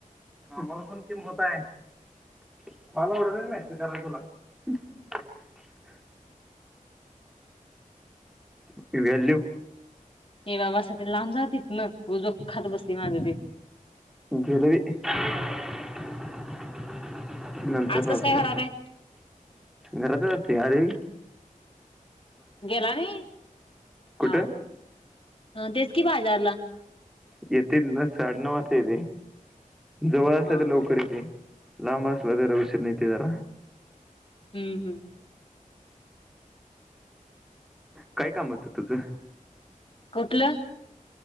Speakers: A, in the centre; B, on the left (about 40°).
A: आम्हाला पण किंमत हाय. <unintelligible> ती व्हॅल्यू
B: ये बाबा सकड लांब जा तिथन उगच डोकं खात बसतय माझं ते.
A: जलेबी. <unintelligible> <unintelligible> नंतर
B: आज कसं
A: लाव
B: काय
A: घे,
B: घरात आहे
A: घरातच तयारी
B: गेला नाही
A: कुठं
B: हा हा तेच कि बाजारला
A: येतील ना साडेनउ वाजता येते जवळ आसत
B: हा
A: तर लवकर
B: हा.
A: येते. लांब आसल जरा उशीरन येते जरा
B: हम्म हम्म.
A: काय काम होतं तुझं.
B: कुठलं?